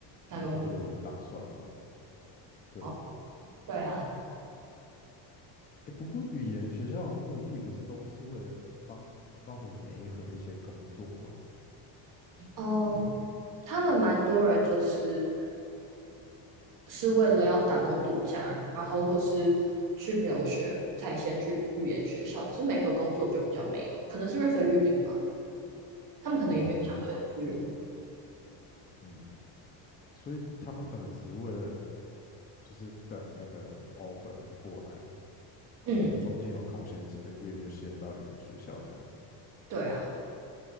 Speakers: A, on the right; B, on the left.
A: 打工度假
B: 工作的打算嘛，对啊。
A: 哦，对啊，
B: 诶，不过语言学校的目的不是都是为了帮帮你媒合一些工作吗？
A: 哦，他们蛮多人就是是为了要打工度假，然后或是去留学才先去语言学校，可是没和工作就比较没有，可能是因为菲律宾吧，他们可能也没有相对的资源。
B: 哦，yes，嗯，所以他们可能只是为了就是等那个 offer 过来，
A: 嗯。
B: 然后中间有空闲几个月就先到语言学校这样子。
A: 对啊，